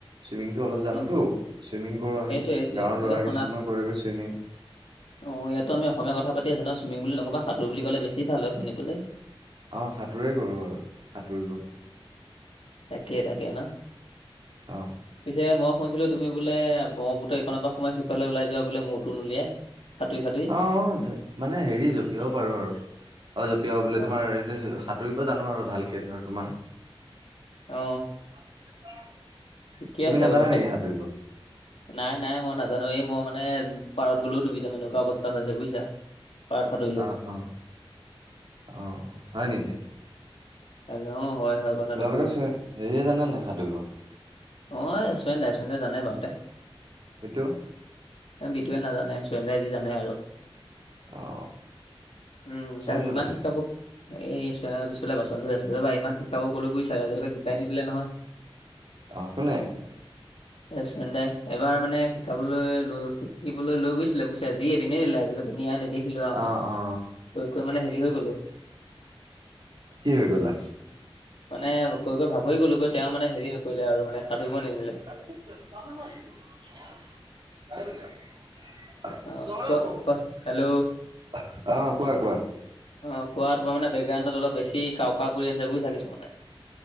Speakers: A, on the right; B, on the left.
A: চুইমিংটো অলপ জানোতো
B: উম,
A: চুইমিং কৰো আমি
B: সেইটোৱে সেইটোৱে
A: গাঁৱৰ
B: এইটো
A: ল'ৰা
B: শুনা
A: কিছুমানো কৰেগৈ চুইমিং।
B: অ, ইয়াতটো আমি অসমীয়া কথা পাতি আছো ন? চুইমিং বুলি নকবা, সাঁতোৰ বুলি ক'লে বেছি ভাল হয় শুনিবলে।
A: অ, সাঁতোৰেই কৰোঁ বাৰু সাঁতুৰিব।
B: তাকে তাকে ন।
A: অ।
B: পিছে মই শুনছিলো তুমি বোলে ব্ৰহমপুত্ৰ ইফালৰ পৰা সোমাই সিফালে ওলাই যোৱা বোলে মোৰতো নুলিয়াই। সাঁতুৰি সাঁতুৰি।
A: অ মানে হেৰি জপিয়াব পাৰো আৰু অ জঁপিয়ও বোলে
B: অ
A: তোমাৰ এইটোত সাত। তুৰিব জানো আৰু ভালকে ধৰা তোমাৰ।
B: অ।
A: <unintelligible>
B: ঠিকে আছে
A: নাজানা
B: বাৰু তে
A: নেকি সাঁতুৰিব
B: নাই নাই মই নাজানো এই মই মানে। পাৰত গলেও দুবিজাম এনেকুৱা অৱস্থা আছে বুজিছা পাৰত সাতুৰিলেও।
A: অ অ অ হয় নেকি।
B: তাকে অ হয় হয় কথাটো
A: <inaudible>
B: বু-
A: হেৰিয়ে জানে নে সাতুৰিব।
B: অ <inaudible> জানে বাৰুতে
A: বিতু
B: এ বিটোৱে নাজানে। তায়েই যি জানে আৰু
A: অ
B: উম
A: চয়ন
B: তাক
A: ক'ত
B: ইমান
A: আছে এতিয়া
B: শিকাব। এই পিছফালে বাচন ধই আছে ৰবা ইমান শিকাব কলো বুজ চ আজিলৈকে শিকাই নিদিলে নহয়।
A: অ কোনে।
B: চয়েনদাই এবাৰ মানে শিকাবলৈ লৈ শিকিবলৈ লৈ গৈছিলে <inaudible> জি এদিনে নিলে আজিলৈকে নিয়া নেদেখিলো আৰু
A: অ
B: মই।
A: অ।
B: কৈ কৈ মানে হেৰি হৈ গ'লো
A: কি হৈ গলা।
B: মানে কৈ কৈ ভাগৰি গ'লো গৈ তেওঁ মানে হেৰি নকৰিলে আৰু মানে সাঁটোৰিব নিদিলে।
A: <unintelligible>
B: অ কোৱা কোৱাচোন হেল্ল'
A: <inaudible> অ কোৱা কোৱা।
B: অ কোৱা তোমাৰ মে বেকগ্ৰাউণ্ডত অলপ বেছি কাওকাও কৰি আছে বুজিছা কিছো মানে।